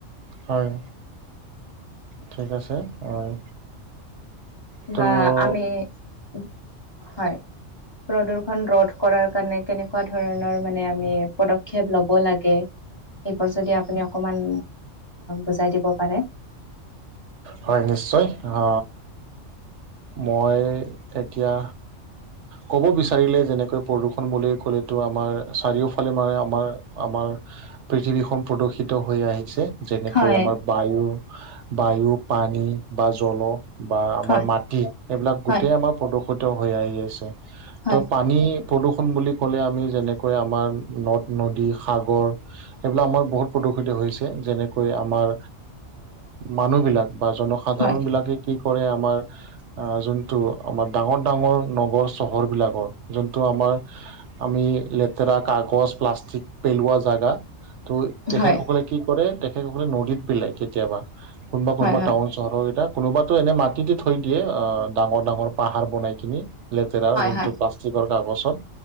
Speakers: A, on the right (about 70°); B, on the left (about 25°).
A: হয়, ঠিক আছে হয়। ত'
B: বা আমি, হয়। প্ৰদৰ্ষন ৰধ কৰাৰ কাৰণে কেনেকুৱা ধৰণৰ মানে আমি পদক্ষেপ লব লাগে। এইবোৰ যদি আপুনি অকমান বুজাই দিব পাৰে।
A: হয় নিশ্চয়, আ মই এতিয়া ক'ব বিচাৰিলে যেনেকৈ প্ৰদূষণ বুলি ক'লে টো আমাৰ চাৰিওফালে মানে আমাৰ আমাৰ পৃথিৱীখন প্ৰদূষিত হৈ আহিছে। যেনেকৈ
B: হয়
A: আমাৰ বায়ু। বায়ু পানী বা জল বা আমাৰ
B: হয়
A: মাটি এইবিলাক গোটেই
B: হয়
A: আমাৰ প্ৰদু সুত হৈ আহি আছে
B: হয়
A: ত' পা পানী প্ৰদূষণ বুলি ক'লে আমি যেনেকৈ আমাৰ নদ নদী সাগৰ সেইবিলাক আমাৰ বহুত প্ৰদূষিত হৈছে যেনেকৈ আমাৰ মানুহবিলাক বা জনসাধাৰণবিলাকে
B: হয়
A: কি কৰে আমাৰ যোন টো আমাৰ ডাঙৰ ডাঙৰ নগৰ চহৰবিলাকৰ যোনটো আমাৰ আমি লেতেৰা কাগজ, প্লাষ্টিক পেলোৱা জাগা ত' তেখেতসকলে
B: হয়
A: কি কৰে তেখেতসকলে নদীত পিলাই, কেতিয়াবা কোনোবা কোনোবা
B: হয় হয়
A: টাউন চহৰৰকেইটা, কোনোবাতো এনে মাটিতে থৈ দিয়ে অ' ডাঙৰ ডাঙৰ পাহাৰ বনাই কিনি। লেতেৰাৰ যোনটো
B: হয় হয় হয়
A: প্লাষ্টিকৰ কাগজত